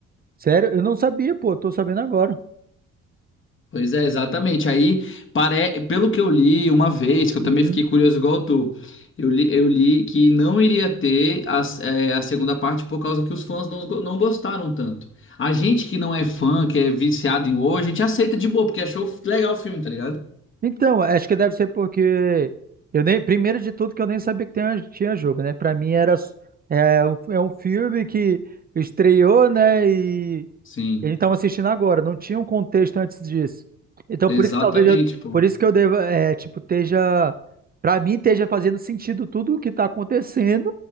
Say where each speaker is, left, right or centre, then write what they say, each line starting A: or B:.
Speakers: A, on the right (about 30°); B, on the left (about 40°).
A: Sério? Eu não sabia, pô. Tô sabendo agora.
B: Pois é, exatamente. Aí, pare... pelo que eu li uma vez, que eu
A: Uhum.
B: também fiquei curioso igual tu, eu li, eu li que não iria ter a, é, a segunda parte por causa que os fãs não, go- não gostaram tanto. A gente que não é fã, que é viciado em horror, a gente aceita de boa, porque achou legal o filme, tá ligado?
A: Então, acho que deve ser porque. Eu nem, primeiro de tudo, que eu nem sabia que tinha, tinha jogo, né? Pra mim era. s- É, um- é um filme que estreou, né? E,
B: Sim,
A: E a gente estava assistindo agora, não tinha um contexto antes disso. Então,
B: exatamente,
A: por isso que talvez eu,
B: pô.
A: por isso que eu deva, é, tipo, esteja, para mim, esteja fazendo sentido tudo o que está acontecendo